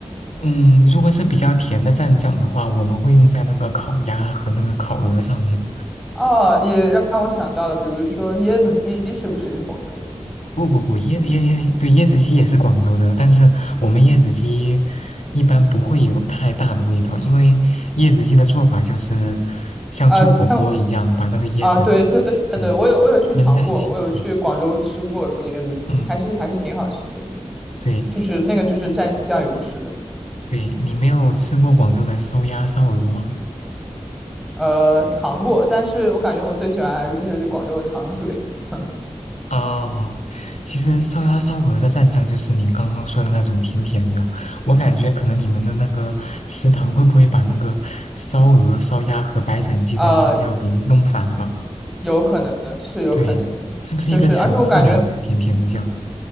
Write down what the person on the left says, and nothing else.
嗯，如果是比较甜的蘸酱的话，我们会用在那个烤鸭和那个烤鹅上面。
不不不，椰椰椰，对，椰子鸡也是广州的，但是我们椰子鸡一般不会有太大的味道，因为椰子鸡的做法就是像做火锅一样，
把那个椰子和
对
焖在一起。
对，嗯，
对
对，你没有吃过广州的烧鸭、烧鹅吗？
哦，其实烧鸭烧鹅的蘸酱就是您刚刚说的那种甜甜的，我感觉可能你们的那个食堂会不会把那个烧鹅、烧鸭和白斩鸡的蘸料给弄反了？
对，是不是一个橙色的一个甜甜的酱？